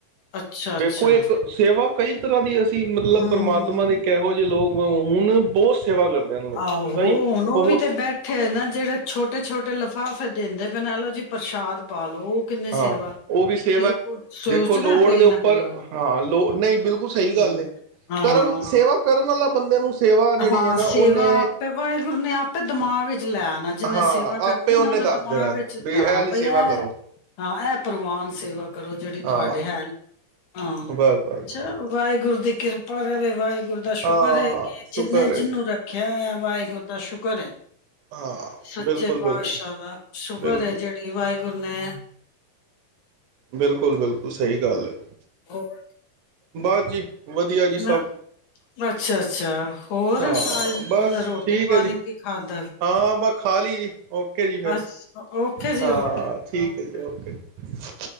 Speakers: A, on the left; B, on the right.
A: ਅੱਛਾ ਅੱਛਾ
B: ਵੇਖੋ ਇੱਕ ਸੇਵਾ ਕਈ ਤਰ੍ਹਾਂ ਦੀ ਅਸੀਂ ਮਤਲਬ
A: ਹਮ
B: ਪ੍ਰਮਾਤਮਾ ਨੇ ਕਿਹੋ ਜਿਹੇ ਲੋਕ ਹੁਣ ਬਹੁਤ ਸੇਵਾ ਕਰਦੇ ਨੇ ਲੋਕ
A: ਆਹੋ!
B: ਕਈ
A: ਹੁਣ ਉਹ
B: ਬਹੁਤ
A: ਵੀ ਤੇ ਬੈਠੇ ਨਾ ਜਿਹੜੇ ਛੋਟੇ ਛੋਟੇ ਲਿਫਾਫੇ ਦਿੰਦੇ ਪਏ ਨੇ ਐਲੋ ਜੀ ਪ੍ਰਸ਼ਾਦ ਪਾ ਲਓ। ਕਿੰਨੀ
B: ਹਾਂ,
A: ਸੇਵਾ
B: ਉਹ ਵੀ ਸੇਵਾ
A: ਕੀ
B: ਹੈ
A: ਕੋ- ਸੋਚਦਾ
B: ਦੇਖੋ ਲੋੜ
A: ਪਏ
B: ਦੇ
A: ਇਹਨਾਂ
B: ਉੱਪਰ
A: ਗੱਲਾਂ ਦਾ
B: ਹਾਂ ਲੋ ਨਹੀਂ ਬਿਲਕੁਲ ਸਹੀ ਗੱਲ
A: ਹਮ,
B: ਹੈ,
A: ਹਾਂ
B: ਕਰਨ ਸੇਵਾ ਕਰਨ ਵਾਲਾ ਬੰਦੇ ਨੂੰ। ਸੇਵਾ ਜਿਹੜੀ
A: ਹਾਂ,
B: ਹੈ ਨਾ
A: ਸੇਵਾ
B: ਉਹਨੇ
A: ਆਪੇ ਵਾਹਿਗੁਰੂ ਨੇ ਆਪੇ ਦਿਮਾਗ ਵਿੱਚ ਲੈ ਆਣਾ, ਜਿੰਨੇ
B: ਹਾਂ
A: ਸੇਵਾ ਕਰਨੀ
B: ਆਪੇ ਉਹਨੇ
A: ਨਾ ਉਹਦੇ
B: ਦੱਸ
A: ਦਿਮਾਗ
B: ਦੇਣਾ
A: ਵਿੱਚ
B: ਵੀ
A: ਹਾਂ
B: ਇਹ ਲਈ
A: ਬਈ
B: ਸੇਵਾ
A: ਐ
B: ਕਰੋ
A: ਹਾਂ ਇਹ ਪ੍ਰਵਾਨ ਸੇਵਾ। ਕਰੋ ਜਿਹੜੀ
B: ਹਾਂ
A: ਤੁਹਾਡੇ ਹੈੱਲਪ ਹਾਂ
B: ਬਸ ਬਸ ਬਸ
A: ਚੱਲੋ, ਵਾਹਿਗੁਰੂ ਦੀ ਕਿਰਪਾ ਰਹੇ, ਵਾਹਿਗੁਰੂ ਦਾ ਸ਼ੁਕਰ
B: ਹਾਂ
A: ਹੈ ਕਿ
B: ਸ਼ੁਕਰ
A: ਜਿਹਨੇ
B: ਹੈ
A: ਜਿਹਨੂੰ ਰੱਖਿਆ ਹੋਇਆ ਵਾਹਿਗੁਰੂ ਦਾ ਸ਼ੁਕਰ ਹੈ,
B: ਹਾਂ
A: ਸੱਚੇ
B: ਬਿਲਕੁਲ
A: ਪਾਤਸ਼ਾਹ
B: ਬਿਲਕੁਲ
A: ਦਾ ਸ਼ੁਕਰ
B: ਬਿਲਕੁਲ
A: ਹੈ, ਜਿਹੜੀ ਵਾਹਿਗੁਰੂ ਨੇ
B: ਬਿਲਕੁਲ-ਬਿਲਕੁਲ ਸਹੀ ਗੱਲ ਹੈ।
A: ਹੋਰ
B: ਬਸ ਜੀ। ਵਧੀਆ ਜੀ
A: ਨਾ
B: ਸਭ
A: ਅੱਛਾ-ਅੱਛਾ ਹੋਰ
B: ਹਾਂ ਬਸ
A: ਰੋਟੀ
B: ਠੀਕ
A: ਪਾਣੀ
B: ਹੈ ਜੀ
A: ਕੀ ਖਾਕੇ
B: ਹਾਂ, ਬਸ ਖਾ ਲਈ ਜੀ, ਓਕੇ ਜੀ ਫਿਰ
A: ਅ ਓਕੇ ਜੀ
B: ਹਾਂ,
A: ਓਕੇ
B: ਠੀਕ
A: ਓਕੇ
B: ਹੈ ਜੀ।